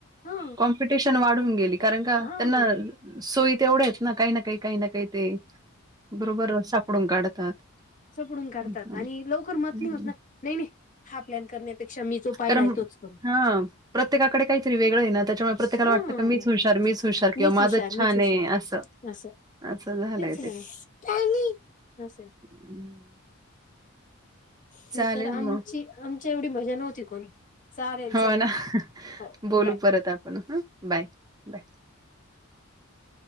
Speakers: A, on the left; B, on the right.
A: हा
B: कॉम्पिटिशन वाढून गेली कारण का
A: हा
B: त्यांना सोयी तेवढ्याचआहे ना काही, ना काही, काही ना काही ते बरोबर सापडून काढतात.
A: सापडून काढतात
B: हं, हं,
A: आणि लवकर मत
B: हं.
A: नाही होत ना नाही -नाही हा प्लॅन करण्यात पेक्षा मी जो पाहिलाय
B: कारण
A: तोच कर.
B: हा प्रत्येकाकडे काहीतरी वेगळं आहे ना त्याच्यामुळे प्रत्येकाला
A: हा
B: वाटतं का मीच हुशार, मीच हुशार किंवा
A: मीच
B: माझच
A: हुशार मीच
B: छान
A: हुशार
B: आहे असं
A: असं
B: असं झालंय
A: तेच ना हा स
B: हम्म
A: नाही
B: चालेल
A: तर आमची
B: मग
A: आमच्या एवढी मजा नव्हती कोणी चालेल चल
B: हो ना
A: हो
B: बोलू
A: बाय
B: परत आपण ह बाय -बाय